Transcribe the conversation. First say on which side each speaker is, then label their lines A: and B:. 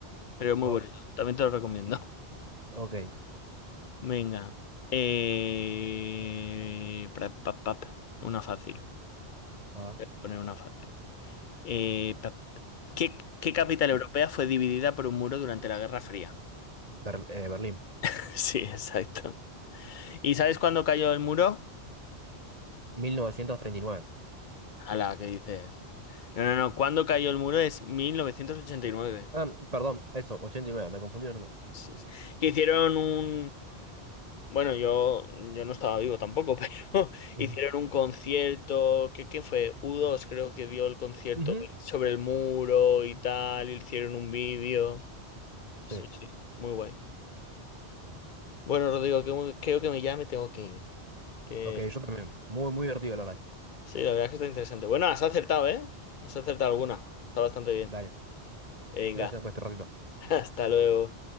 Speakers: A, on the left; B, on the right.
A: Pero es muy
B: wow,
A: bonito. También te lo recomiendo.
B: increíble. Ok,
A: <laughs> Venga. Eh... pra- pa- pa- pa. Una fácil.
B: a ver.
A: Poner una fácil. Eh, pa- ¿qué, qué capital europea fue dividida por un muro durante la Guerra Fría?
B: Ber- eh, Berlín,
A: <laughs> Sí, exacto. ¿Y sabes cuándo cayó el muro?
B: mil novecientos treinta y nueve
A: Ala, ¿qué dices? No, no, no. ¿Cuándo cayó el muro? Es 1989.
B: Ah, perdón, eso, ochenta y nueve me confundí los números.
A: Sí, sí. Que hicieron un... Bueno, yo, yo no estaba vivo tampoco, <laughs> pero
B: Ujú.
A: hicieron un concierto, ¿qué, qué fue? u dos, creo que dio el concierto
B: Ujú,
A: sobre el muro y tal, hicieron un vídeo.
B: Sí,
A: Sí, sí, muy guay. Bueno, Rodrigo, que- creo que ya me tengo que ir. Que
B: ok, yo también. Muy, muy divertido, la verdad.
A: sí, la verdad es que está interesante. Bueno, has acertado, ¿eh? Has acertado alguna. Está bastante bien.
B: Dale,
A: Venga,
B: gracias por este ratito.
A: <laughs> hasta luego.